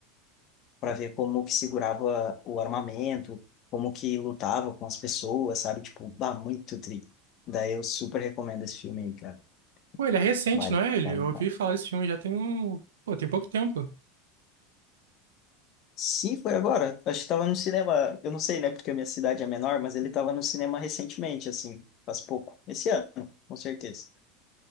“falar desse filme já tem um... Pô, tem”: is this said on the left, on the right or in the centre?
Right